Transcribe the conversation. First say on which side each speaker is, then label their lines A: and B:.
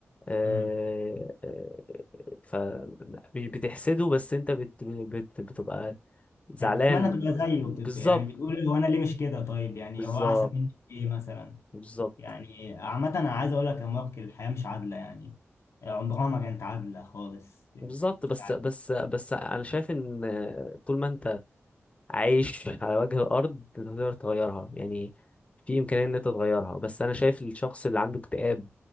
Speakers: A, on the left; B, on the left.
A: آه،
B: مم.
A: آه، ف مش بتحسده بس انت بت بت بتبقى زعلان
B: يعني بتتمنى تبقى زيه وبتبقى
A: بالظبط
B: يعني بتقول هو أنا ليه مش كده طيب يعني
A: بالظبط
B: هو أحسن مني في إيه مثلا
A: بالظبط
B: يعني عامة أنا عايز أقول لك يا مارك الحياة مش عادلة يعني عمرها ما كانت عادلة خالص يعني
A: بالظبط بس
B: مش عادلة
A: بس بس انا شايف ان طول ما انت عايش على وجه الارض انت تقدر تغيرها يعني في امكانيه ان انت تغيرها بس انا شايف الشخص اللي عنده اكتئاب